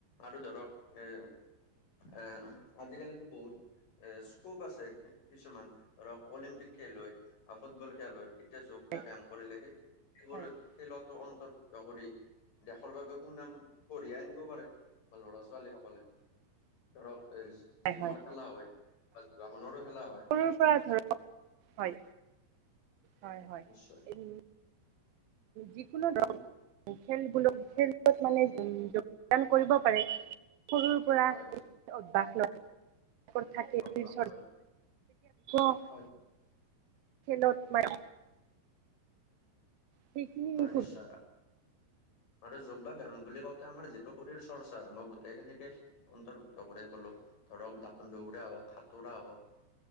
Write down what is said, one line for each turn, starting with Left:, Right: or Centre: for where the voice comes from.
Left: আৰু ধৰক, এ, এ, আজিকালিতো বহুত এ, স্কোপ আছে, কিছুমান, ধৰক অলিম্পিক খেল হয় ফুটবল খেল হয় এতিয়া যোগ বা
Right: হয়
Left: ব্যায়াম কৰিলেহে, সেইবোৰ
Right: হয়
Left: খেলতো অন্ত ত কৰি দেশৰ বাবে সুনাম কঢ়িয়াই আনিব পাৰে। ল'ৰা-ছোৱালী সকলে। ধৰক, এ, জিমৰ
Right: হয় হয়
Left: খেলা হয় বা <unintelligible> খেলা হয়।
Right: সৰুপা ধৰক। হয়। হয়, হয়।
Left: নিশ্চয়
Right: <unintelligible> যিকোনো
Left: তেনে-
Right: দৰ <unintelligible> মানে যোগদান কৰিব পাৰে। সৰু পৰা
Left: হয় নিশ্চয়।
Right: অভ্যাস
Left: অ, বা- হয়
Right: <unintelligible>
Left: হয়
Right: খেলত মায় ঠিক নি
Left: হয়,
Right: নিখুদ।
Left: নিশ্চয় আৰু যোগ বা ব্যায়াম বুলি কওঁতে আমাৰ যিটো শৰীৰ চৰ্চা, মই গোটেই খিনিকে অন্তৰ্ভুক্ত কৰি কলো ধৰক, <unintelligible> দৌৰা হওঁক, সাঁতোৰা হওঁক